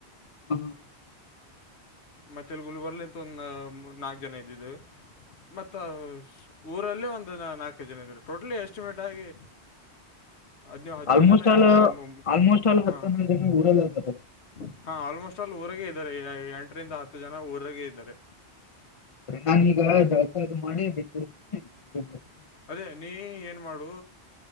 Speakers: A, on the left; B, on the left.
A: <unintelligible>
B: ಮತ್ತ ಇಲ್ಲಿ ಗುಲ್ಬರ್ಲಿ ಇಂತ ಒಂದ ಮೂರ್ ನಾಲ್ಕು ಜನ ಇದ್ದಿದ್ದೆವೆ ಮತ್ತ ಆ ಊರಲ್ಲಿ ಒಂದ ನಾಲ್ಕೈದ ಜನ ಇದೆವ್ರಿ ಟೋಟಲಿ ಎಸ್ಟಿಮೇಟ್ ಆಗಿ ಹದ್ನೋ ಹದ್ನೋಳ್
A: ಆಲ್ಮೋಸ್ಟ್
B: ಜನ
A: ಆಲ್
B: ಎಲ್ಲ ಮು ಮು
A: ಆಲ್ಮೋಸ್ಟ್ ಆಲ್
B: ಹಾ
A: ಹತ್ತ ಹನ್ನೊಂದು ಜನ ಊರಲ್ಲ
B: <inaudible>
A: ಅದಾರ
B: ಹಾ ಆಲ್ಮೋಸ್ಟಾಲ್ ಊರಗೆ ಇದಾರೆ ಎ ಎಂಟರಿಂದ ಹತ್ತ ಜನಾ ಊರಾಗೆ ಇದ್ದಾರೆ.
A: ನಾನೀಗ ಜಳಕ ಅದು ಮಾಡಿ ಬಿಟ್ಬಿಡ್ತೀನಿ <unintelligible>
B: ಅದೇ ನೀ ಏನ್ ಮಾಡು